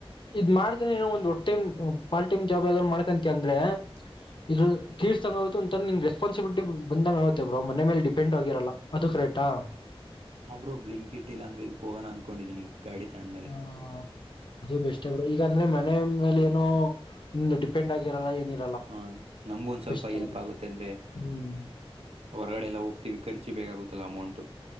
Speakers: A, on the left; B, on the right.
A: ಇದ್ ಮಾಡ್ತ ಏನೋ ಒಂದು ಒ ಟೈಮ್ ಪಾರ್ಟ ಟೈಮ್ ಜಾಬ್ ಯಾವಾದ್ ಮಾಡಕಂತ ಅಂದ್ರೆ, ಇದ್ರ ಫೀಸ್ ತಂಗುತ್ತೆ ಒರ ನಿನ್ ರೆಸ್ಪಾನ್ಸಿಬಿಲಿಟಿ ಬಂದಂಗ ಆಗುತ್ತೆ ಬ್ರೋ ಮನೆ ಮೇ ಡಿಪೆಂಡ್ ಆಗಿರಲ್ಲ ಅದು ಕರೆಕ್ಟ್. ಆಯ್ತ
B: ಅಬ್ರೋ ಬ್ಲಿಂಕ್ ಇಟ್ ಇಲ್ ಅಂದ್ರೆ ಇದು ಕೋವನ ಅಂದ್ಕೊಂಡಿದ್ದೀನಿ. ಗಾಡಿ ತಂಡ್ಮೇಲೆ
A: ಹ್ಮ ಅದು ಬೆಸ್ಟು ಬ್ರೋ, ಈಗಂದ್ರೆ ಮನೆ ಮೇಲೆ ಏನೋ ಡಿಪೆಂಡ್ ಆಗಿರಲ್ಲ ಏನಿರಲ್ಲ.
B: ಹಾ ನಮ್ಗು ಒಂದ್ ಸ್ವಲ್ಪ
A: ಬೆಸ್ಟ್ ಅಲ್ಲ
B: ಹೆಲ್ಪ್
A: ಬ್ರೋ
B: ಆಗುತ್ತೆ ಅಂದ್ರೆ,
A: ಹ್ಮ್
B: ಹೊರಗಡೆ ಎಲ್ಲ ಹೋಗ್ತೀವಿ ಖರ್ಚಿ ಬೇಕಾಗುತ್ತಲ್ಲಾ ಅಮೌಂಟು.